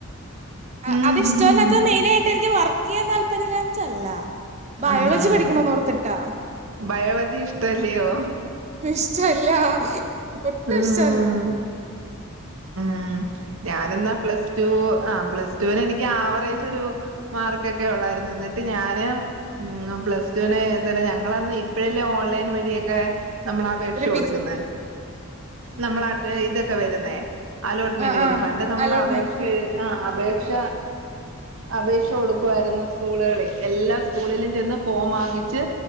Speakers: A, on the right; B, on the right.
A: ്
B: ഉം
A: അതിഷ്ടമല്ലാത്തത് മെയിനായിട്ട് എനിക്ക് വർക്ക് ചെയ്യാൻ താല്പര്യമില്ലാഞ്ഞിട്ടല്ല ബയോളജി
B: ആഹ്
A: പഠിക്കണന്നോർത്തിട്ടാ
B: ബയോളജി ഇഷ്ടല്ലയോ
A: ഇഷ്ടല്ല ഒട്ടും
B: ആഹ്
A: ഇഷ്ടല്ല.
B: ഉം ഞാനന്നാ പ്ലസ് ടു ആഹ് പ്ലസ്ടുവിന് എനിക്ക് ആവറേജ് ഒരു മാർക്കൊക്കെ ഉള്ളായിരുന്നു എന്നിട്ട് ഞാന് ഉം പ്ലസ് ടുവിന് ഇല്ല ഞങ്ങളന്ന് ഇപ്പഴല്ലേ ഓൺലൈൻ വഴിയൊക്കെ നമ്മൾ അപേക്ഷ
A: റിപ്പീറ്റ്
B: കൊടുക്കുന്നെ നമ്മളാട്ടെ ഇത് ട്ടാ വരുന്നേ അലോട്ട്മെന്റ്
A: ആഹ്
B: വരും
A: ആഹ്
B: പണ്ട് നമ്മൾ
A: അലോട്ട്മെന്റ്
B: അപേക്ഷ എയ് ആഹ് അപേക്ഷ അപേക്ഷ കൊടുക്കുവായിരുന്നു സ്കൂളുകളിൽ എല്ലാ സ്കൂളിലും ചെന്ന് ഫോം വാങ്ങിച്ച്